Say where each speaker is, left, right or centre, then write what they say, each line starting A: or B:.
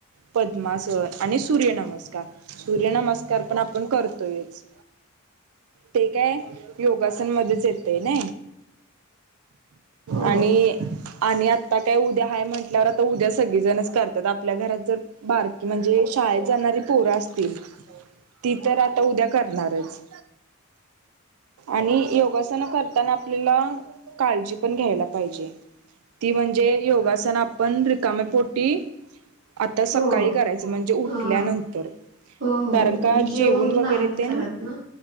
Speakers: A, on the right (about 80°); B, on the right (about 55°).
A: पद्माासन आणि सूर्यनमस्कार सूर्यनमस्कार कार पण आपण करतोयच ते काय योगासनमध्येध्येच येते ना
B: हो
A: आणि आणि आता काय उद्या ह म्हटल्यावर आता उद्या सगळीजणच करतात आपल्या घरात जर बारकी म्हणजे शाळेत जाणारी पोरा असतील हो ती तर आता उद्या करणारच आणि योगासन करताना आपल्याला काळजी पण घ्यायला पाहिजे ती म्हणजे योगासन आपण रिकामे पोटी आता सकाळी
B: हो
A: करायचं म्हणजे उठल्यानंतर
B: हा हो हो
A: कारण का
B: जेवण
A: जेवून वगैरे
B: नाहीत
A: ते
B: करत ना